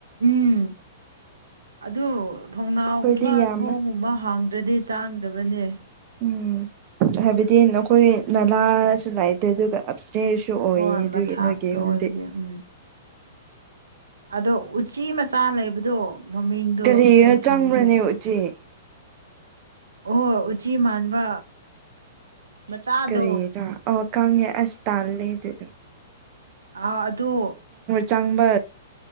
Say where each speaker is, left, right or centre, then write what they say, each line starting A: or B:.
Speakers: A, on the right; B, on the right.
A: ꯎꯝ ꯑꯗꯨ ꯊꯣꯡꯅꯥꯎꯒꯨꯝꯕ
B: ꯑꯩꯈꯣꯏꯗꯤ ꯌꯥꯝꯃꯦ
A: ꯊꯣꯡꯒꯨꯝꯕ ꯍꯥꯡꯗ꯭ꯔꯗꯤ ꯆꯥꯡꯗꯕꯅꯦ
B: ꯎꯝ ꯍꯥꯏꯕꯗꯤ ꯅꯈꯣꯏ ꯅꯂꯥꯁꯨ ꯂꯥꯏꯇꯦ ꯑꯗꯨꯒ ꯑꯞ ꯆꯦꯁꯨ ꯑꯣꯏꯌꯦ
A: ꯍꯣꯏ
B: ꯑꯗꯨꯒꯤ
A: ꯃꯊꯥꯛꯇ
B: ꯅꯣꯏꯒꯤ ꯌꯨꯝꯗꯤ
A: ꯑꯣꯏꯕꯒꯤ ꯎꯝ ꯑꯗꯣ ꯎꯆꯤ ꯃꯆꯥ ꯂꯩꯕꯗꯣ ꯃꯃꯤꯡꯗꯣ
B: ꯀꯔꯤꯔ
A: ꯑꯩ
B: ꯆꯪꯕ꯭ꯔꯅꯦ
A: ꯈꯪꯗꯦ
B: ꯎꯆꯦ
A: ꯑꯣꯍ ꯎꯆꯤ ꯃꯥꯟꯕ ꯃꯆꯥꯗꯣ
B: ꯀꯔꯤꯔꯥ ꯑ ꯀꯪꯉꯦ ꯑꯁ ꯇꯥꯜꯂꯦ ꯗꯨꯗꯣ
A: ꯑ ꯑꯗꯨ
B: ꯆꯪꯕ